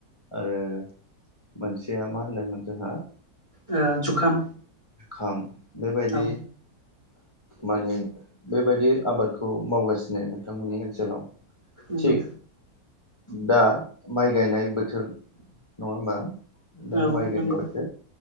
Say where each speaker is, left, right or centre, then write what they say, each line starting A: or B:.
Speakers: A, on the left; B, on the right.
A: आरो मोनसेया मा होनदोंमोन जोंहा
B: ओ जुखाम
A: खाम बेबायदि
B: औ
A: माने बेबायदि आबादखौ मावगासिनो नोंथांमोननि ओनसोलाव
B: नंगौ
A: थिग दा माइ गायनाय बोथोर नङा होमबा दा
B: औ
A: माइ गायनाय
B: नंगौ
A: बोथोर